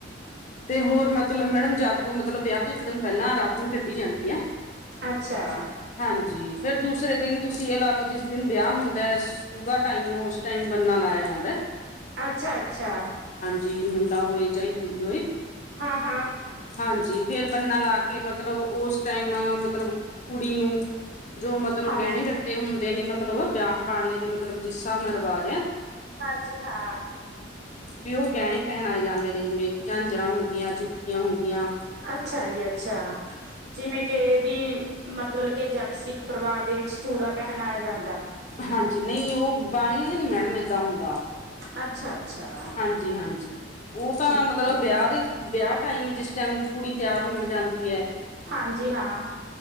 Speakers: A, on the left; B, on the right.
A: ਤੇ ਹੋਰ ਮਤਲਬ ਮੈਡਮ ਜਾਗੋ ਮਤਲਬ ਵਿਆਹ ਤੋਂ ਇੱਕ ਦਿਨ ਪਹਿਲਾਂ ਰਾਤ ਨੂੰ ਕੱਢੀ ਜਾਂਦੀ ਹੈ
B: ਅੱਛਾ
A: ਹਾਂਜੀ ਫਿਰ ਦੂਸਰੇ ਦਿਨ ਤੁਸੀਂ ਇਹ ਲਾ ਲਓ ਜਿਸ ਦਿਨ ਵਿਆਹ ਹੁੰਦਾ ਹੈ ਸੂਗਾ ਨੂੰ ਉਸ ਟਾਈਮ ਬੰਨਾ ਲਾਇਆ ਜਾਂਦਾ
B: ਅੱਛਾ ਅੱਛਾ
A: ਜੀ ਹੁਣ ਤਾ ਹੋਏ ਚਾਹੀ ਕੁੜੀ ਕੋਈ
B: ਹਾਂ ਹਾਂ
A: ਹਾਂਜੀ ਫੇਰ ਬੰਨਾ ਲਾ ਕੇ ਮਤਲਬ ਉਸ ਟਾਈਮ ਮਤਲਬ ਕੁੜੀ ਨੂੰ ਜੋ ਮਤਲਬ
B: ਹਾਂਜੀ
A: ਗਹਿਣੇ ਗੱਟੇ ਹੁੰਦੇ ਨੇ ਮਤਲਬ ਬਾਣੀਆਂ ਦੇ ਮਤਲਬ ਜਿਸ ਹਿਸਾਬ ਨਾਲ ਰਿਵਾਜ਼ ਹੈ
B: ਹਾਂਜੀ ਹਾਂ
A: ਪੀ ਉਹ ਗਹਿਣੇ ਪਹਿਨਾਏ ਜਾਂਦੇ ਨੇ ਜਿਵੇਂ ਝਾਂਜਰਾਂ ਹੁਦੀਆਂ ਚੁਟਕੀਆਂ ਹੁਦੀਆਂ
B: ਅੱਛਾ ਈ ਅੱਛਾ ਜਿਵੇਂ ਕੇ ਵੀ ਮਤਲਬ ਕੇ ਜੱਟ ਸਿੱਖ ਪਰਿਵਾਰ ਦੇ ਵਿੱਚ ਚੂੜਾ ਪਹਿਨਾਇਆ ਜਾਂ
A: ਹਾਂਜੀ, ਨਹੀਂ ਉਹ ਬਾਣੀਆਂ ਨਹੀ ਮੈਡਮ ਏਦਾਂ ਹੁੰਦਾ।
B: ਅੱਛਾ, ਅੱਛਾ
A: ਹਾਂਜੀ-ਹਾਂਜੀ ਉਹ ਤਾਂ
B: ਠੀਕ
A: ਮਤਲਬ
B: ਹੈ
A: ਵਿਆਹ ਦੀ, ਵਿਆਹ ਟਾਈਮ, ਜਿਸ ਟਾਈਮ ਕੁੜੀ ਤਿਆਰ ਹੋਣ ਜਾਂਦੀ ਏ।
B: ਹਾਂਜੀ ਹਾਂ,